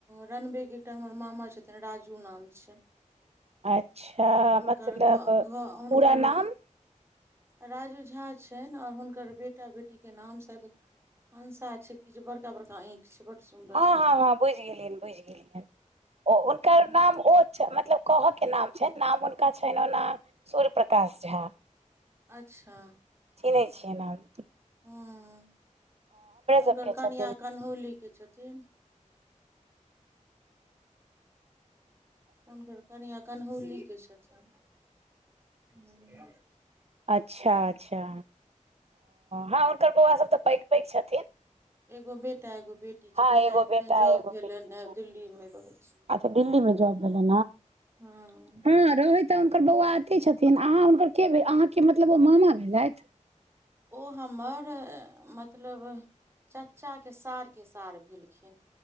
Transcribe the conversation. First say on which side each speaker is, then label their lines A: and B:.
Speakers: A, on the right; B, on the right.
A: रनबे के एकटा हमर मामा छथिन राजू नाम छै
B: अच्छा
A: हुनकर
B: मतलब
A: घर घर हुनकर
B: पूरा नाम
A: राजू झा छनि आओर हुनकर बेटा बेटीके नाम स हंसा छै किछु बड़ा बड़का आंखि बड सुन
B: हँ हँ हँ बुझि गेलियनि बुझि गेलियनि ओ हुनकर
A: हँ
B: नाम ओ मतलब कहऽ के नाम छै नाम हुनका छनि ओना सूर्य प्रकाश झा
A: अच्छा
B: चीनहै छियै हम
A: हूँ हुनकर
B: सबके
A: कनहौली
B: छथिन
A: के छथिन हुनकर कनियाँ कन्हौली के छथिन ह
B: अच्छा अच्छा हँ हुनकर बौआ सब तऽ पैघ पैघ छथि
A: एगो बेटा एगो बेटी
B: हँ
A: छै बेटा
B: एगो
A: एखने जॉब
B: एगो
A: भेलै
B: बेटी
A: ह
B: छनि
A: दिल्ली मे रहैत छै
B: अच्छा दिल्ली मे जॉब भेलै
A: हँ
B: ह तऽ हुनकर बौआ अथि छथिन अहाँ हुनकर के भेल अहाँके मतलब ओ मामा भेलथि
A: ओ हमर मतलब चाचाके सारके सार भेलखिन